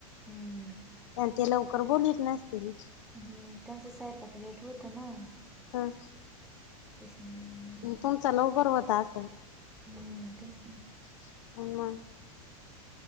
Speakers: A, in the centre; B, on the left (about 55°).
A: हम्म
B: आणि ते लवकर बोलवित नसतील
A: हम्म त्यांचं सयपाक लेट होतं ना
B: हा
A: तेच हम्म
B: तुमचा लवकर होत असेल
A: हम तेच ना
B: <unintelligible>